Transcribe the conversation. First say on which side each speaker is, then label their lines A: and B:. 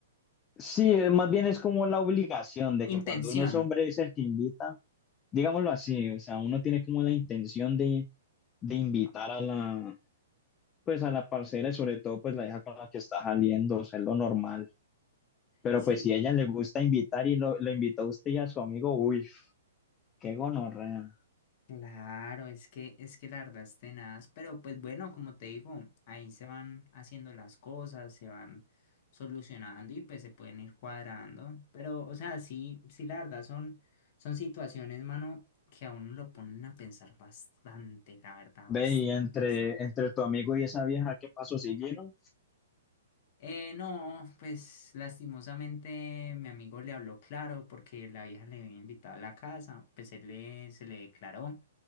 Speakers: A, on the left; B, on the left.
A: Sí, eh, más bien es como la obligación de que
B: Intención.
A: cuando uno es hombre es el que invita, digámoslo así, o sea, uno tiene como la intención de, de invitar a la pues a la parcera y sobre todo pues la hija con la que está saliendo, o sea, es lo normal. Pero
B: Sí,
A: pues si a ella le gusta invitar y lo, le invitó a usted y a su amigo, uy, qué gonorrea.
B: claro, es que, es que la verdad es tenaz, pero pues bueno, como te digo, ahí se van haciendo las cosas, se van solucionando y pues se pueden ir cuadrando. Pero, o sea, sí, sí, la verdad son, son situaciones, mano, que a uno lo ponen a pensar bastante, la verdad,
A: Ve,
B: bastante,
A: y entre,
B: bastante.
A: entre tu amigo y esa vieja, ¿qué paso siguieron?
B: Eh, no, pues lastimosamente mi amigo le habló claro porque la vieja le había invitado a la casa, pues él le, se le declaró,